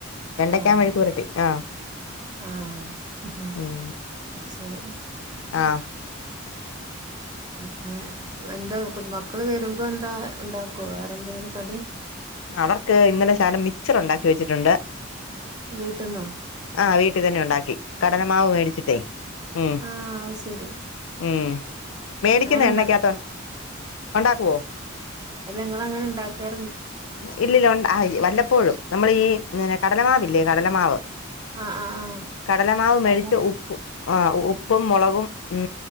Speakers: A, on the left; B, on the right.
A: വെണ്ടയ്ക്കാ
B: ആഹ്
A: മെഴുകുപുരട്ടി ആഹ്
B: ആഹ്
A: ഉം
B: അത് ശരി
A: ആഹ്
B: പിന്നെ എന്താ മക്കള് വരുമ്പോ എന്താ ഉണ്ടാക്കോ വേറെ എന്തെങ്കിലും കടി
A: അവർക്ക് ഇന്നലെ ശാനം മിക്ച്ചർ ഉണ്ടാക്കി വെച്ചിട്ടുണ്ട്
B: വീട്ട്ന്നോ?
A: ആ വീട്ടി തന്നെ ഉണ്ടാക്കി കടലമാവ് മേടിച്ചിട്ടെ ഉം
B: ആഹ് അത് ശരി
A: ഉം മേടിക്കുന്ന
B: അങ്ങനെ
A: എണ്ണക്കകത്ത് ഒണ്ടാക്കുവോ
B: ഇല്ല നിങ്ങളങ്ങനെണ്ടാക്കാ
A: ഇല്ലില്ല ഉണ്ട് അയ്‌ വല്ലപ്പോഴും നമ്മള് ഈ പിന്നെ കടലമാവില്ലേ കടലമാവ്
B: ആഹ് ആഹ്
A: കടലമാവ് മേടിച്ച്
B: ആഹ്
A: ഉപ്പ് ആ ഉപ്പും മൊളകും വും ഉം